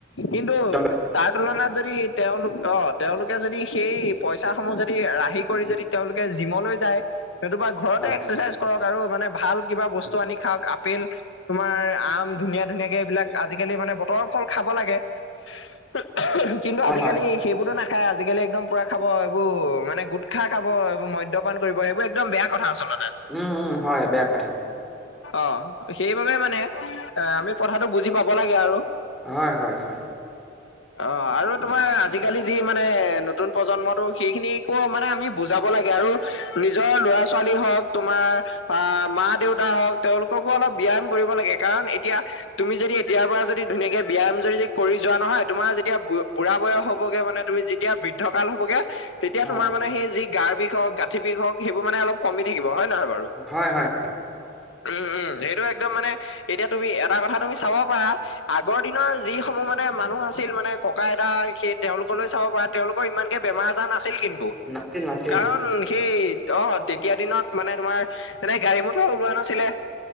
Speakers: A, on the left; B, in the centre.
A: কিন্তু
B: একদম
A: তাৰ তুলনাত যদি তেওঁলোক। অ', তেওঁলোকে যদি সেই পইচা সমূহ যদি ৰাহি কৰি যদি তেওঁলোকে জিমলৈ যায়। নতুবা ঘৰতে
B: হয়
A: এক্সাৰচাইজ কৰক আৰু মানে ভাল কিবা বস্তু আনি খাওক আপেল। তোমাৰ আম ধুনীয়া ধুনীয়াকে এইবিলাক আজিকালি মানে বতৰৰ ফল খাব লাগে। <unintelligible> কিন্তু
B: হয়
A: আজিকালি
B: হয়
A: সেইবোৰতো নাখায় আজিকালি একদম পুৰা খাব এইবোৰ মানে গুটখা খাব এইবোৰ মদ্যপান কৰিব সেইবোৰ একদম বেয়া কথা আচলতে।
B: উম', উম', হয়। বেয়া কথা।
A: অহ, সেইবাবে মানে আমি কথাটো বুজি পাব লাগে আৰু।
B: হয়, হয়, হয়।
A: অহ, আৰু তোমাৰ আজিকালি যি মানে নতুন প্ৰজন্মটো সেইখিনিকো মানে আমি বুজাব লাগে আৰু নিজৰ ল'ৰা-ছোৱালী হওঁক তোমাৰ বা মা-দেউতা হোক তেওঁলোককো অলপ ব্যায়াম কৰিব লাগে কাৰণ এতিয়া তুমি যদি এতিয়াৰ পৰা যদি ধুনীয়াকে ব্যায়াম যদি কৰি যোৱা নহয় তোমাৰ যেতিয়া বু-বুঢ়া বয়স হ'বগে মানে তুমি যেতিয়া বৃদ্ধ কাল হ'বগে তেতিয়া
B: হয়
A: তোমাৰ মানে সেই যি গাৰ বিষ হওঁক গাঁঠি বিষ হওঁক সেইবোৰ মানে অলপ কমি থাকিব হয়। নে নহয় বাৰু।
B: হয় হয়
A: উম', উম' সেইটো একদম মানে এতিয়া তুমি এটা কথা তুমি চাব পাৰা আগৰ দিনৰ যিসমূহ মানে মানুহ আছিল মানে ককা-আইতা সেই তেওঁলোকৰ সকললৈ চাব পাৰা তেওঁলোকৰ ইমানকে বেমাৰ আজাৰ নাছিল কিন্তু,
B: নাছিল নাছিল
A: কাৰণ
B: অ
A: সেই অহ, তেতিয়া দিনত মানে তোমাৰ তেনে গাড়ী মটৰো ওলোৱা নাছিলে